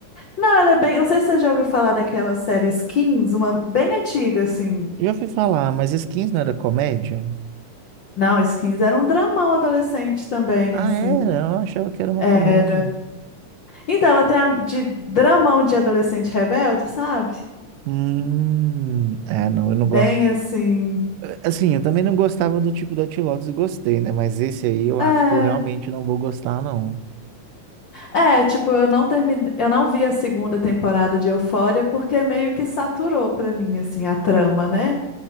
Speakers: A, on the left; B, on the right.
A: Não, ela é bem. Não sei se você já ouviu falar daquela série Skins, uma bem antiga, assim.
B: Já fui falar, mas Skins não era comédia?
A: Não, Skins era um dramão adolescente também,
B: Ah,
A: assim.
B: era? Eu achava que era uma
A: era
B: comédia.
A: Então, ela tem a de dramão de adolescente rebelde, sabe?
B: Hum, é, não, eu não
A: Bem
B: gosto.
A: assim.
B: Assim, eu também não gostava do tipo do White Lotus e gostei, né? Mas esse aí eu
A: É,
B: acho que eu realmente não vou gostar, não.
A: é, tipo, eu não terminei, eu não vi a segunda temporada de Euphoria porque meio que saturou pra mim assim a trama, né?